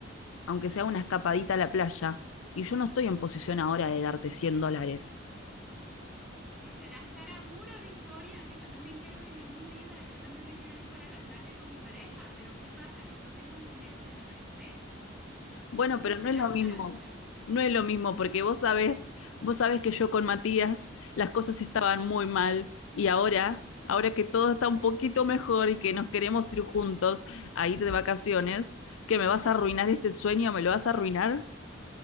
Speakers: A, on the left; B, in the centre.
A: aunque sea una escapadita a la playa, y yo no estoy en posición ahora de darte 100 dólares.
B: Si serás cara dura, Victoria, que yo también quiero vivir mi vida y yo también me quiero ir para la playa con mi pareja, pero ¿qué pasa? Que no tengo el dinero que te presté.
A: Bueno,
B: Si
A: pero
B: serás
A: no es lo mismo.
B: cara dura.
A: No es lo mismo, porque vos sabés, vos sabés que yo con Matías las cosas estaban muy mal y ahora, ahora que todo está un poquito mejor y que nos queremos ir juntos a ir de vacaciones, ¿que me vas a arruinar este sueño? ¿Me lo vas a arruinar?